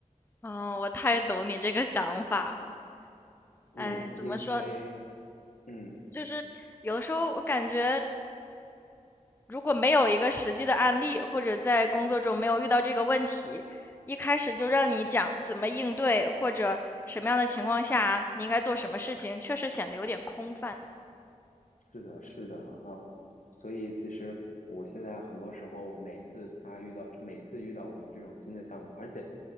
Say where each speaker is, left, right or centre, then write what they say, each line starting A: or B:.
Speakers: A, on the left; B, on the left.
A: 嗯，我太懂你这个想法了。
B: 嗯，
A: 哎，怎么说？
B: 因为，嗯，
A: 就是有的时候我感觉，如果没有一个实际的案例，或者在工作中没有遇到这个问题，一开始就让你讲怎么应对，或者什么样的情况下你应该做什么事情，确实显得有点空泛。
B: 是的，是的啊，所以其实我现在很多时候，每次他遇到，每次遇到我们这种新的项目，而且，